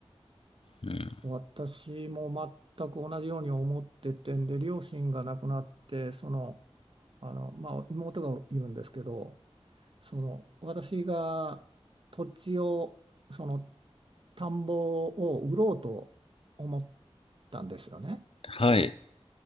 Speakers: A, on the left (about 60°); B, on the right (about 55°).
A: うん、
B: 私も全く同じように思っててんで、両親が亡くなって、その、あの、まあ、妹がいるんですけど、その、私が土地を、その、田んぼを売ろうと思ったんですよね。
A: はい